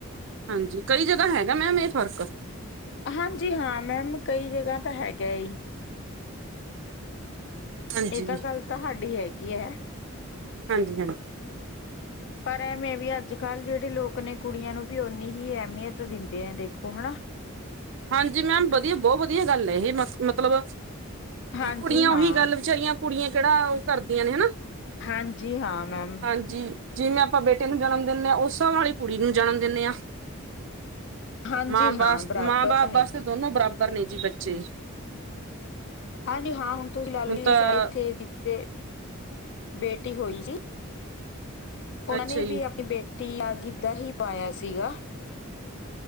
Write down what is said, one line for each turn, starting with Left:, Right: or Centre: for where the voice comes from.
Right: ਹਾਂਜੀ ਕਈ ਜਗਾ ਹੈਗਾ ਮੈਮ, ਇਸ ਫ਼ਰਕ।
Left: ਹਾਂਜੀ ਹਾਂ ਮੈਮ ਕਈ ਜਗ੍ਹਾ ਤਾਂ ਤੈੰ ਹੈਗਾ ਈ।
Right: ਹਾਂਜੀ
Left: ਇਹ ਤਾਂ ਗੱਲ, ਤਹਾਡੀ ਹੈਗੀ ਐ।
Right: ਹਾਂਜੀ, ਹਾਂਜੀ।
Left: ਪਰ ਐਵੇਂ ਵੀ ਅੱਜ ਕੱਲ੍ਹ ਜਿਹੜੇ ਲੋਕ ਨੇ, ਕੁੜੀਆਂ ਨੂੰ ਵੀ ਓਨੀ ਹੀ ਅਹਿਮੀਅਤ ਦਿੰਦੇ ਆ ਦੇਖੋ ਹਨਾ
Right: ਹਾਂਜੀ ਮੈਮ, ਵਧੀਆ ਬਹੁਤ ਵਧੀਆ ਗੱਲ ਹੈ, ਇਹ ਮ ਮਤਲਬ
Left: ਹਾਂਜੀ
Right: ਕੁੜੀਆਂ
Left: ਹਾਂ
Right: ਉਹੀ ਗੱਲ, ਵਿਚਾਰੀਆਂ ਕੁੜੀਆਂ ਕਿਹੜਾ ਉਹ ਕਰਦੀਆਂ ਨੇ ਹਨਾ।
Left: ਹਾਂਜੀ ਹਾਂ, ਮੈਮ
Right: ਹਾਂਜੀ ਜਿਵੇਂ ਆਪਾਂ ਬੇਟੇ ਨੂੰ ਜਨਮ ਦਿੰਦੇ ਹਾਂ ਉਸ ਸਾਭ ਨਾਲ ਕੁੜੀ ਨੂੰ ਜਨਮ ਦਿੰਦੇ ਹਾਂ।
Left: ਹਾਂਜੀ,
Right: ਮਾਂ
Left: ਹਾਂ
Right: ਬਾਸ
Left: ਬਰਾਬਰ
Right: ਮਾਂ ਬਾਪ
Left: ਨੇ
Right: ਵਾਸਤੇ ਦੋਨੋ ਬਰਾਬ ਬਰ ਨੇ ਜੀ ਬੱਚੇ
Left: ਹਾਂਜੀ ਹਾਂ ਹੁਣ ਤੁਸੀਂ ਲਾ ਲਓ
Right: ਹੁਣ ਤਾਂ
Left: ਜ ਇੱਥੇ ਜੇ ਬੇਟੀ ਹੋਈ ਸੀ। ਉਹਨਾਂ
Right: ਅੱਛਾ
Left: ਨੇ
Right: ਜੀ
Left: ਵੀ ਆਪਣੀ ਬੇਟੀ ਤੀ ਗਿੱਧਾ ਹੀ ਪਾਇਆ ਸੀਗਾ।